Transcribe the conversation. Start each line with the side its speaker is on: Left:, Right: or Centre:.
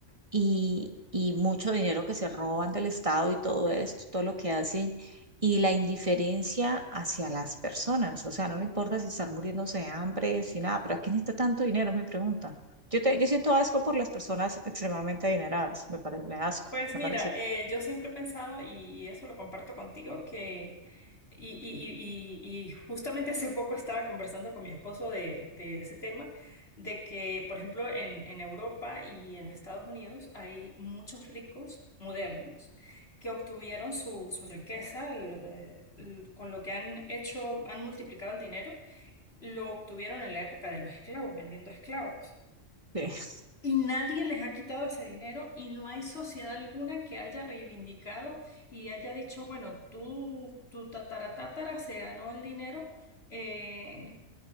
Right: y, y mucho dinero que se roban del Estado y todo esto, todo lo que hacen, y la indiferencia hacia las personas. O sea, no le importa si están muriéndose de hambre, si nada, pero ¿a quién necesita tanto dinero? Es mi pregunta. Yo, te- yo siento asco por las personas extremadamente adineradas, me parece, me da asco,
Left: Pues
Right: me
Left: mira,
Right: parece
Left: eh, yo siempre he pensado, y eso lo comparto contigo, que, y, y, y, y- y justamente hace poco estaba conversando con mi esposo de, de ese tema, de que, por ejemplo, en, en Europa y en Estados Unidos hay muchos ricos modernos que obtuvieron su, su riqueza, lo de- l- con lo que han hecho, han multiplicado el dinero lo obtuvieron en la época de los esclavos, vendiendo esclavos.
Right: que, <laughs>
Left: Y nadie les ha quitado ese dinero y no hay sociedad alguna que haya reivindicado y haya dicho, bueno, tú, tu tatara se ganó el dinero, eh,